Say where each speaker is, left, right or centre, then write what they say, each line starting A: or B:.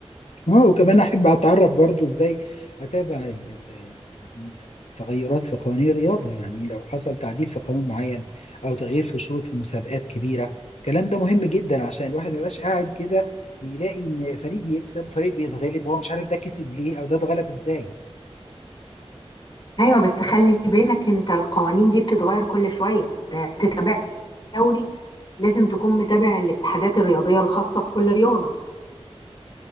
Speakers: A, on the left; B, on the left.
A: اه وكمان احب اتعرف برضو ازاي اتابع ال- ال- يعني تغيرات في قوانين الرياضه يعني لو حصل تعديل في قانون معين او تغيير في شروط في مسابقات كبيره الكلام ده مهم جدا عشان الواحد ما يبقاش قاعد كده بيلاقي ان فريق بيكسب وفريق بيتغلب وهو مش عارف ده كسب ليه او ده اتغلب ازاي
B: أيوة بس خلي بالك أنت القوانين دي بتتغير كل شوية آه، تتابع دوري لازم تكون متابع الاتحادات الرياضية الخاصة بكل رياضة